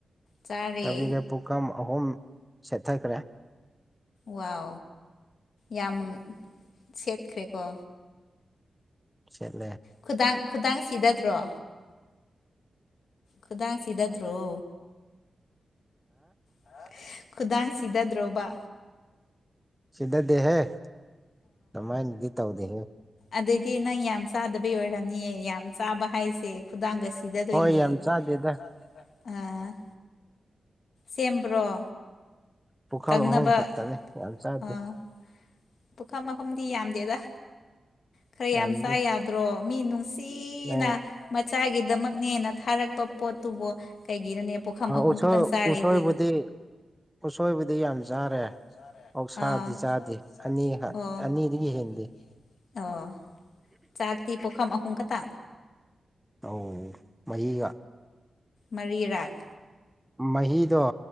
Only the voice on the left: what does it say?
ꯆꯥꯔꯦ
ꯋꯥꯎ ꯌꯥꯝ ꯁꯦꯠꯈ꯭ꯔꯦꯀꯣ
ꯈꯨꯗꯥꯡ ꯈꯨꯗꯥꯡ ꯁꯤꯗꯗ꯭ꯔꯣ ꯈꯨꯗꯥꯡ ꯁꯤꯗꯗ꯭ꯔꯣ ꯍꯥ ꯈꯨꯗꯥꯡ ꯁꯤꯗꯗ꯭ꯔꯣꯕ
ꯑꯗꯨꯗꯤ ꯅꯪ ꯌꯥꯝ ꯆꯥꯗꯕꯩ ꯑꯣꯏꯔꯝꯅꯤꯌꯦ ꯌꯥꯝ ꯆꯥꯕ ꯍꯥꯏꯁꯦ ꯈꯨꯗꯥꯡꯒ ꯁꯤꯗꯗꯣꯏꯅꯦ
ꯍꯣꯏ ꯌꯥꯝ ꯆꯥꯗ‌ꯦꯗ ꯑ ꯁꯦꯝꯕ꯭ꯔꯣ
ꯀꯪꯅꯕ
ꯑꯥ ꯄꯨꯈꯝ ꯑꯍꯨꯝꯗꯤ ꯌꯥꯝꯗꯦꯗ ꯈꯔ
ꯌꯥꯝ ꯆꯥ ꯌꯥꯗ꯭ꯔꯣ ꯃꯤ ꯅꯨꯡ ꯁꯤꯅ
ꯃꯆꯥꯒꯤꯗꯃꯛꯅꯦꯅ ꯊꯥꯔꯛꯄ ꯄꯣꯠꯇꯨꯕꯣ ꯀꯩꯒꯤꯔꯅꯦ ꯄꯨꯈꯝ ꯑꯍꯨꯝ
ꯈꯛꯇꯪ ꯆꯥꯔꯤꯗꯤ
ꯎꯁꯣꯏꯕꯨꯗꯤ
ꯌꯥꯝ ꯆꯥꯔꯦ
ꯑꯥ ꯑꯣꯛꯁꯥꯗꯤ
ꯆꯥꯗ꯭ꯔꯤ
ꯑꯣ
ꯃꯤꯅ ꯊꯅꯤꯗꯨꯒꯤ
ꯑꯣ ꯆꯥꯛꯇꯤ ꯄꯣꯛꯈꯝ ꯑꯍꯨꯝ ꯈꯇꯥ
ꯃꯔꯤꯔꯛ